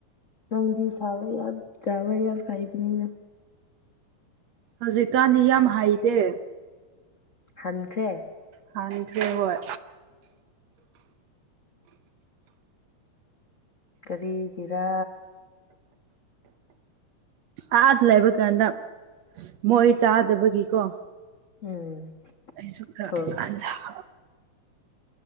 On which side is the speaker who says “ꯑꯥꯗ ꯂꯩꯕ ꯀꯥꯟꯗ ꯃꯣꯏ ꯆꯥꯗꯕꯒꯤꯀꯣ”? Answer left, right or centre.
Right